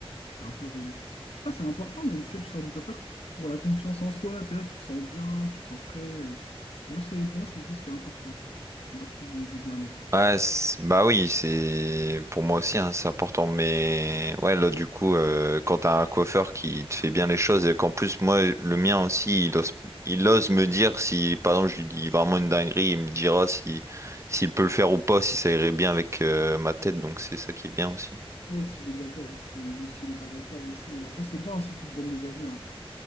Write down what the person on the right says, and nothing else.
Ouais, c'est- bah oui, c'est pour moi aussi, hein, c'est important. Mais ouais, là du coup, euh, quand t'as un coiffeur qui te fait bien les choses et qu'en plus moi, le mien aussi, il ose, il ose me dire si, par exemple, je lui dis vraiment une dinguerie, il me dira si, s'il peut le faire ou pas, si ça irait bien avec euh, ma tête. Donc c'est ça qui est bien aussi.